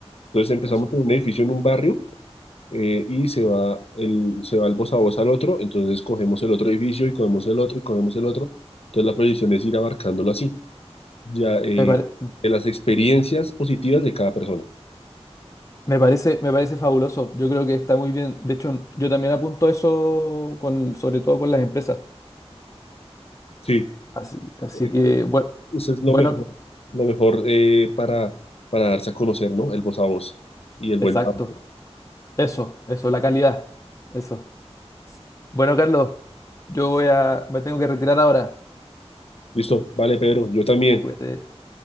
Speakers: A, on the left; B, on the left.
A: Entonces empezamos
B: eso.
A: con un edificio en un barrio eh, y se va el, se va el voz a voz al otro, entonces cogemos el otro edificio y cogemos el otro y cogemos el otro. Entonces la proyección es ir abarcándolo así, ya eh,
B: Me pare-
A: de las experiencias positivas de cada persona.
B: me parece, me parece fabuloso. Yo creo que está muy bien. De hecho, yo también apunto eso con, sobre todo con las empresas.
A: Sí,
B: Así, así
A: eso
B: que,
A: es
B: bueno,
A: eso es lo
B: bueno.
A: mejor, lo mejor eh, para, para darse a conocer, ¿no? El voz a voz y el
B: Exacto.
A: buen trabajo.
B: Eso, eso, la calidad. Eso. Bueno, Carlos, yo voy a, me tengo que retirar ahora.
A: Listo, vale, Pedro, yo también.
B: Cuídate.